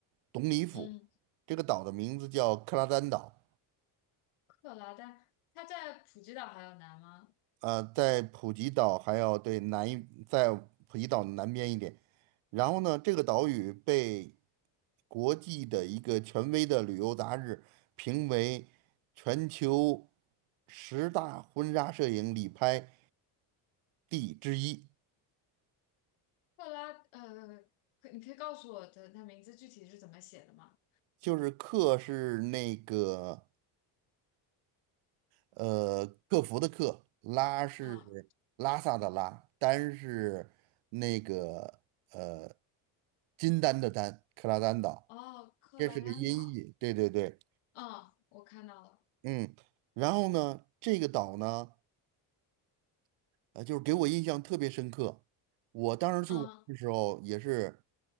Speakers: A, on the right; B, on the left.
A: 董里府。
B: 嗯，
A: 这个岛的名字叫克拉丹岛。
B: 克拉丹，它在普吉岛还有南吗？
A: 呃，在普吉岛还要对南一，在普吉岛南边一点。然后呢，这个岛屿被国际的一个权威的旅游杂志评为全球十大婚纱摄影旅拍地之一，
B: 克拉，呃，可你可以告诉我的它名字具体是怎么写的吗？
A: 就是克是那个呃，克服的克，拉嗯是拉萨的拉，
B: 嗯。
A: 丹是那个呃金丹的丹，克拉丹岛，
B: 哦，克拉丹岛，
A: 这是个音译。对对对，
B: 嗯，我看到了，
A: 嗯。然后呢，这个岛呢，呃，就是给我印象特别深刻。我当时去玩的时候，
B: 嗯，
A: 也是